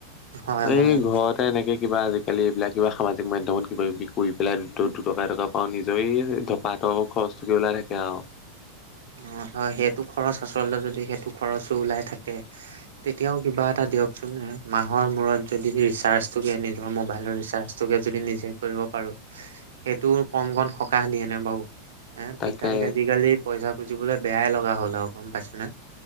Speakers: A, on the right; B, on the left.
A: হয়
B: এই
A: হয়।
B: ঘৰতে এনেকে কিবা আজিকালি এইবিলাক কিবা সামাজিক মাধ্যমত কিবা কিবি কৰি পেলাই দু দুটকা এটকা পাওঁ। নিজৰে ধোপাত খৰচ টোকে ওলাই থাকে আৰু
A: অ হয়, সেইটো খৰচ আচলতে যদি সেইটো খৰচো ওলাই থাকে। তেতিয়াও কিবা এটা দিয়কচোন মাহৰ মূৰত যদি ৰিচাৰ্জটোকে নিজৰ মোবাইলৰ ৰিচাৰ্জ চবেই‌ যদি নিজে কৰিব পাৰোঁ, সেইটো কম কণ সকাহ দিয়ে নে বাৰু এহ,
B: তাকে
A: পিতাইক আজিকালি পইচা খুজিবলৈ বেয়াই লগা হ'ল আৰু গম পাইছে নে?